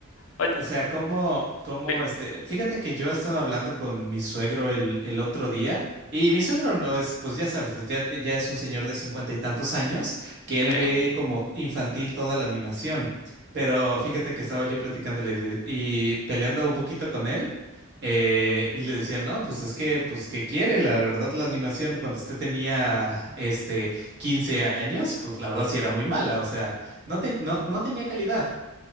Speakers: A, on the left; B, on the right.
A: Oye,
B: O sea, como, como
A: sí,
B: este, fíjate que yo estaba hablando con mi suegro el, el otro día y mi suegro no es, pues ya sabes, ya, ya es un señor de cincuenta y tantos años que él
A: ok.
B: ve como infantil toda la animación, pero fíjate que estaba yo platicándole de- y peleando un poquito con él eh, y le decía, no, pues es que, pues que quiere, la verdad la animación cuando usted tenía, este, 15 años, pues la verdad sí era muy mala, o sea, no, ten- no, no tenía calidad.